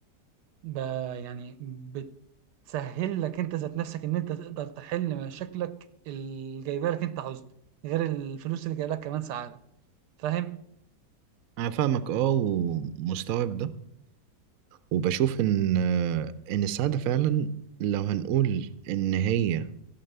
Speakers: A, on the right (about 80°); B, on the right (about 65°).
A: ب يعني بتسهل لك أنت ذات نفسك إن أنت تقدر تحل مشاكلك اللي جايبه لك أنت حزن غير الفلوس اللي جايبه لك كمان سعادة فاهم؟
B: انا فاهمك اه ومستوعب ده وبشوف ان آه، ان السعادة فعلا لو هنقول ان هي